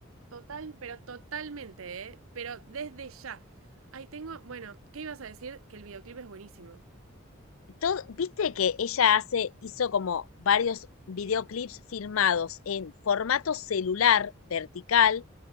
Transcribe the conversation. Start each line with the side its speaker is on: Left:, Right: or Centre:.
Right: Total, pero totalmente, ¿eh? Pero desde ya. Ahí tengo, bueno, ¿qué ibas a decir? Que el videoclip es buenísimo.
Left: Todo, ¿viste que ella hace, hizo como varios videoclips filmados en formato celular vertical?